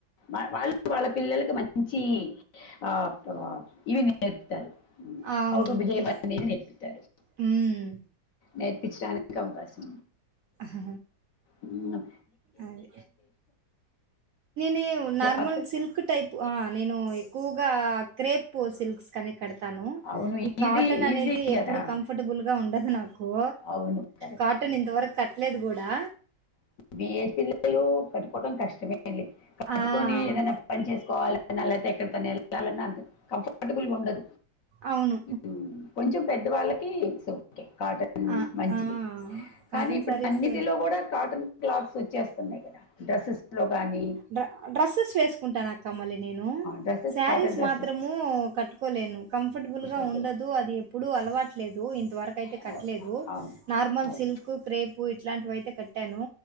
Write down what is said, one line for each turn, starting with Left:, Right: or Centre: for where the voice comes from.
Left: మన వాళ్ళు వాళ్ళ పిల్లలకు మంచి ఆ ఆ ఇవి నేర్పుతారు
Right: అవును
Left: హౌ టు బిహేవ్
Right: ఇప్
Left: అనేది నేర్పిస్తారు
Right: హ్మ్
Left: నేర్పించడానికి గవ్ గస్ట్
Right: ఆహా
Left: ఉహ్మ్
Right: అదే నేను
Left: క్లాత్
Right: నార్మల్ సిల్క్ టైప్ ఆ నేను ఎక్కువగా క్రేప్ ఓ సిల్క్స్ కనెక్ కడతాను
Left: అవును
Right: ఈ
Left: ఈజీ
Right: కాటన్ అనేది
Left: ఈజీ కదా
Right: ఎప్పుడు కంఫర్టబుల్ గా ఉండదు నాకు కు
Left: అవును కరెక్ట్
Right: కాటన్
Left: కరెక్ట్
Right: ఇంతవరకు కట్టలేదు కూడా
Left: మీ ఏజ్ పిల్లలు కట్టుకోవడం కష్టమేలే కట్టుకొని
Right: ఆ
Left: ఏదైనా పని చేసుకోవాల అనాలన్న ఎక్కడ కెళ్ళాలన్న అంత కంఫర్బుల్గా ఉండదు
Right: అవును
Left: మ్మ్. కొంచెం పెద్ద వాళ్ళకి ఇట్స్ ఒకే కాటన్
Right: ఆ!
Left: మంచిది
Right: ఆ! కాటన్
Left: కానీ ఇప్పుడు
Right: శారీస్
Left: అన్నిటిలో కూడా కాటన్ క్లాత్స్ వచ్చేస్తున్నాయి కదా డ్రెస్సెస్ లో గానీ
Right: డ్రె డ్రెస్సెస్ వేసుకుంటాను అక్క మళ్ళీ నేను
Left: డ్రెస్సెస్
Right: శారీస్
Left: కాటన్ డ్రెస్సెస్
Right: మాత్రము కట్టుకోలేను కంఫర్టబుల్ గా
Left: ఓకే
Right: ఉండదు అది ఎప్పుడూ అలవాట్లేదు ఇంతవర్ అయితే
Left: అవును
Right: కట్టలేదు నార్మల్
Left: అవును
Right: సిల్క్ కు క్రేపు ఇట్లాంటివి అయితే కట్టాను